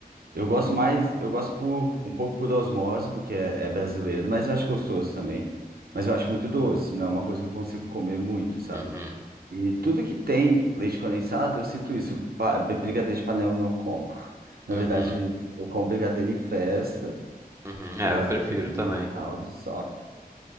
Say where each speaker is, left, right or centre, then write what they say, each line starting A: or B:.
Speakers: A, on the right; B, on the right.
A: Eu gosto mais, eu gosto por um pouco por osmose, porque é, é brasileiro, mas eu acho gostoso também. Mas eu acho muito doce, não é uma coisa que eu consigo comer muito, sabe?
B: uhum,
A: E tudo que tem leite condensado, eu sinto isso. Pa- Brigadeiro de panela eu não como. Na
B: uhum,
A: verdade, eu como brigadeiro em festa,
B: uhum. É,
A: por causa
B: eu prefiro
A: do creme
B: também.
A: e tal, e só.